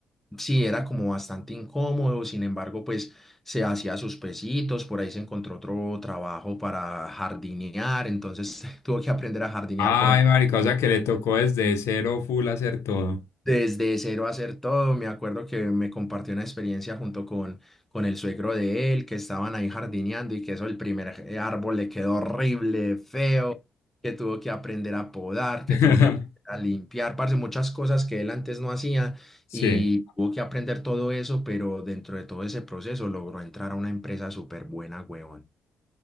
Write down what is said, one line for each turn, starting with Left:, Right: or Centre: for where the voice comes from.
Centre: Sí, era como bastante incómodo, sin embargo, pues se hacía sus pesitos, por ahí se encontró otro trabajo para jardinear, entonces <laughs> tuvo que aprender a jardinear,
Left: Ay,
Centre: pero
Left: marica, o sea que le tocó desde cero full hacer todo.
Centre: Desde cero hacer todo, me acuerdo que me compartió una experiencia junto con, con el suegro de él, que estaban ahí jardineando y que eso, el primer eh, árbol le quedó horrible, feo, que tuvo que aprender a podar, que
Left: <laughs>
Centre: tuvo que aprender a limpiar, parce, muchas cosas que él antes no hacía
Left: Sí.
Centre: y tuvo que aprender todo eso, pero dentro de todo ese proceso logró entrar a una empresa súper buena, huevón.